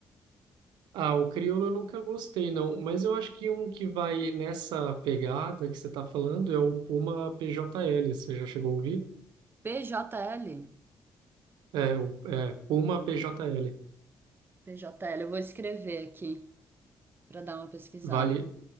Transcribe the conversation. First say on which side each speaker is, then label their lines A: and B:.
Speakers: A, on the right; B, on the right.
A: Ah, o crioulo eu nunca gostei, não. Mas eu acho que um que vai nessa pegada que você está falando é o Puma PJL. Você já chegou a ouvir?
B: P J L PJL?
A: É, o é, Puma PJL.
B: PJL, eu vou escrever aqui pra dar uma pesquisada.
A: Vale,